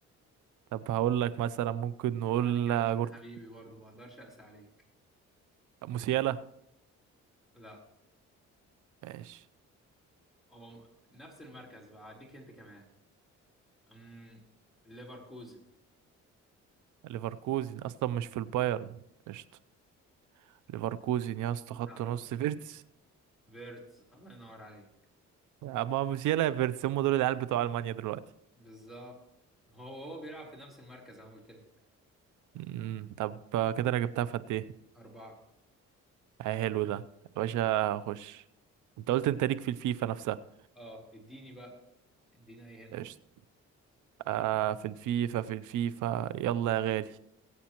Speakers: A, on the right; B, in the centre.
A: طب هقول لك مثلا ممكن نقول
B: عيب عليك يا عم
A: آه،
B: انت
A: جورت
B: حبيبي برضه ما اقدرش اقسى عليك
A: موسيالا
B: لا
A: ماشي
B: هو نفس المركز بقى هديك انت كمان امم ليفركوزن
A: ليفركوزن أصلا مش في البايرن قشطة ليفركوزن يا اسطى
B: كنت
A: خط
B: اعرفها
A: نص
B: برضه.
A: فيرتس
B: فيرتس الله ينور عليك
A: أما موسيالا يا فيرتس هم دول العيال بتوع ألمانيا دلوقتي
B: بالظبط هو هو بيلعب في نفس المركز انا قلت لك
A: امم طب آه، كده أنا جبتها في قد إيه؟
B: أربعة
A: آه، حلو ده يا باشا خش أنت قلت أنت ليك في الفيفا نفسها
B: اه اديني بقى اديني اي هنا
A: قشطة آه في الفيفا في الفيفا يلا يا غالي